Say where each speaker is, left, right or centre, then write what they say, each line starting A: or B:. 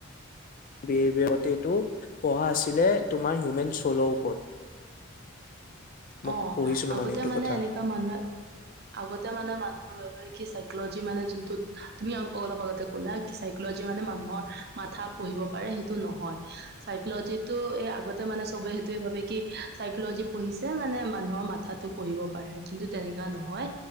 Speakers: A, on the left (about 40°); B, on the right (about 45°).
A: বিহেভিয়াৰত এইটো পঢ়া আছিলে, তোমাৰ হিউমেন চ'লৰ ওপৰত। মোক
B: অ',
A: পঢ়িছিলো
B: আগতে
A: এইটো
B: মানে
A: কথা
B: এনেকা মানুহে আগতে মানে মানুহৰ কি চাইকলজি মানে যোনটোত, তুমি অলপ আগতে ক'লা। চাইকলজি মানে মানুহৰ মাথা পঢ়িব পাৰে, সেইটো নহয়। চাইকলজিত টো, এই আগতে মানে চবে সেইটোয়ে ভাবে, কি চাইকলজি পঢ়িছে যে মানে মানুহৰ মাথাটো পঢ়িব পাৰে, কিন্তু তেনেকুৱা নহয়